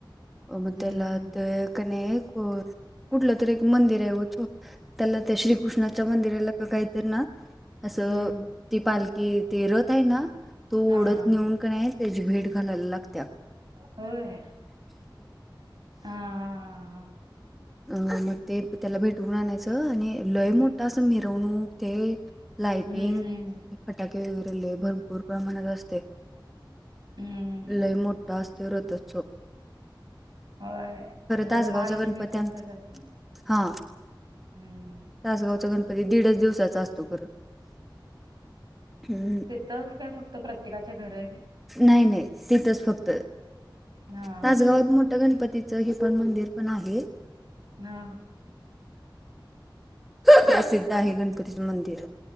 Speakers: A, in the centre; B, on the right.
A: मग
B: हम्म
A: त्याला ते कने कुठलं तरी एक मंदिर आहेव त त्याला त्या श्रीकृष्णाच्या मंदिराला का काहीत ना असं
B: हम्म
A: ती पालखी ते रत आहे ना तू
B: हा
A: ओढत
B: हा
A: नि त्याची भेट घालायला लागत
B: होय हा हा हा हा
A: हम अ मग ते त्याला भेटवून आणायचं आणि लय
B: हम्म
A: मोठा अस मिरवणूक ते लाइटिंग
B: हम्म
A: फटाके वगैरेले भरपूर प्रमाणात असते
B: हम्म
A: ला मोोठा स्थिरतचो
B: होय जस
A: तासगावचा
B: महालक्ष्मीच
A: गणपती
B: असत
A: आमचा
B: तस
A: हा
B: हम्म
A: तासगावचा गणपती दीडच दिवसाचा असतो खरं हम्
B: तरच काय फक्त प्रत्येकाच्या घर आहे
A: नाही नाही तथच फक्त
B: हा हा
A: तासगावात मोठं गणपतीच हे पण मंदिर पण आहे
B: ह
A: प्रसिद्ध आहे गणपतीचं मंदिर